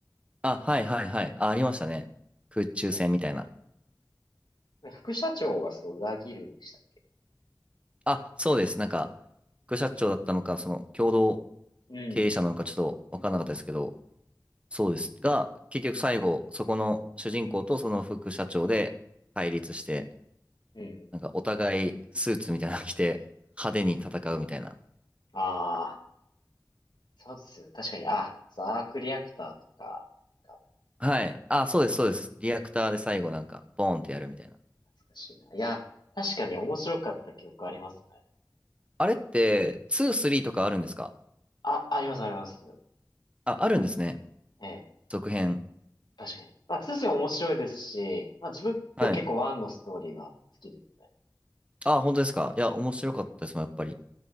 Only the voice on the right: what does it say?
あ、はいはいはい。あ、ありましたね。
空中戦みたいな。
あ、そうです。なんか、副社長だったのか、その共同
経営者なのかちょっと分からなかったですけど、そうです。が、結局最後、そこの主人公とその副社長で対立して、
なんかお互いスーツみたいなの着て派手に戦うみたいな。
はい。あ、そうです、そうです。リアクターで最後なんか、ボーンってやるみたいな。
あれって、2、3とかあるんですか
あ、あるんですね。
続編。
はい。あ、本当ですか。いや、面白かったですもん、やっぱり。